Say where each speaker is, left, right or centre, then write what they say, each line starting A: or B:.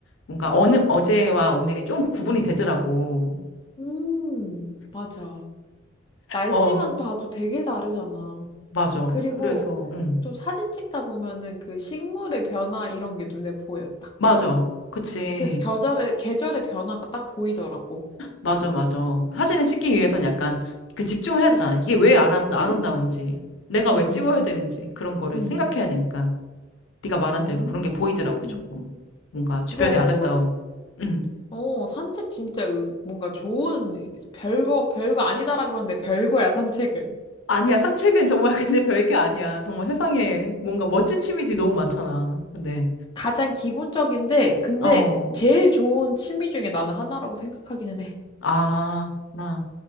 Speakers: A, on the left (about 75°); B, on the left (about 25°).
A: 뭔가 어느, 어제와 오늘이 좀 구분이 되더라고.
B: 응. 음, 맞아. 날씨만
A: 어.
B: 봐도 되게 다르잖아.
A: 맞아.
B: 그리고
A: 그래서, 응.
B: 또 사진 찍다 보면은 그 식물의 변화 이런 게 눈에 보여. 딱
A: 맞아.
B: 보여.
A: 그치.
B: 그래서 계절의, 계절의 변화가 딱 보이더라고.
A: 맞아, 맞아. 사진을 찍기 위해선 약간 그 집중을 해야 되잖아. 이게 왜 아름, 아름다운지,
B: 응,
A: 내가
B: 응,
A: 왜 찍어야
B: 응, 응,
A: 되는지, 그런 거를
B: 응.
A: 생각해야 되니까. 네가 말한
B: 음,
A: 대로 그런 게 보이더라고, 조금. 뭔가 주변의
B: 그래,
A: 아름다움.
B: 선,
A: 응.
B: 어, 산책 진짜 으- 뭔가 좋은, 별거, 별거 아니다라 그러는데 별거야, 산책은.
A: 아니야, 산책은 정말 근데 <laughs> 별게 아니야. 정말 세상에 뭔가 멋진 취미들이 너무 많잖아. 근데,
B: 가장 기본적인데, 근데
A: 어.
B: 제일 좋은 취미 중에 나는 하나라고 생각하기는 해.
A: 아, 그렇구나.